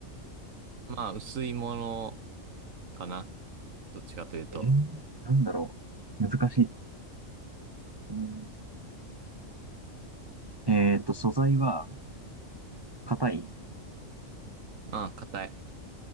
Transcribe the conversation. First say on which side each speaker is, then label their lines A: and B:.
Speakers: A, on the right; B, on the right.
A: まあ、薄いものかな。どっちかというと。
B: えー、なんだろう。難しい。うんえっと、素材は、硬い、
A: うん、硬い。